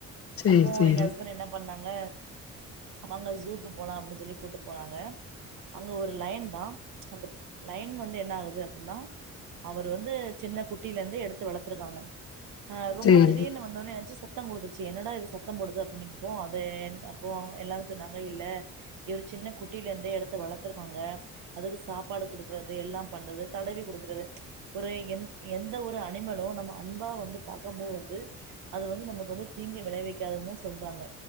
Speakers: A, on the left (about 50°); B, on the right (about 90°).
A: சேரி
B: அப்போ
A: சேரி
B: எங்க ஹஸ்பண்ட் என்ன பண்ணாங் ங்க அவங்க ஜூக்கு போலா அப்டின்னு சொல்லி கூட்டு போனாங்க அங்க ஒரு லைன் தா அந்த லைன் வந்து என்ன ஆகுது அப்டின்னா அவர் வந்து சின்ன குட்டில இருந்து எடுத்து வளத்திருக்காங்க ஆ ரொம்ப
A: சேரி
B: தீடீர்னு வந்தோனே நெனச் சத்தோ போத்திச்சு என்னடா இது சத்தோ போடுது அப்படனுப்போ அது அப்போ எல்லாரரு சொன்னாங்க இல்ல இவர் சின்ன குட்டில இருந்தே எடுத்து வளத்துருக்காங்க அதுக்கு சாப்பாடு கொடுக்கறது எல்லா பண்றது தடவி குடுக்கறது ஒரு எ எந்த ஒரு அனிமலு நம்ம அன்பா வந்து பாக்கம் போ வந்து அது வந்து நமக்கு அப்ப வந்து தீங்கு விளைவிக்காதுனுதா சொல்றாங்க